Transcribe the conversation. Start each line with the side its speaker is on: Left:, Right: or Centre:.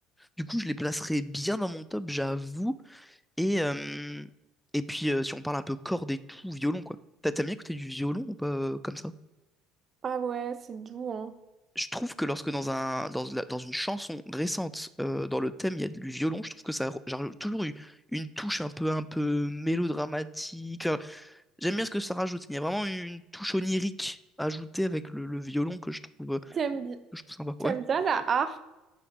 Centre: du coup, je les placerai bien dans mon top, j'avoue. Et, euh, et puis, euh, si on parle un peu cordes et tout, violon, quoi. T'as t'as bien écouté du violon ou pas euh, comme ça?
Right: Ah ouais, c'est doux, hein.
Centre: je trouve que lorsque dans un, dans, la- dans une chanson récente, euh, dans le thème, il y a du violon, je trouve que ça a j'ai toujours eu une touche un peu, un peu mélodramatique. Enfin, j'aime bien ce que ça rajoute. Il y a vraiment une touche onirique ajoutée avec le, le violon que je trouve, euh,
Right: T'aimes
Centre: que
Right: bi-
Centre: je trouve sympa.
Right: t'aimes
Centre: Ouais.
Right: bien la harpe?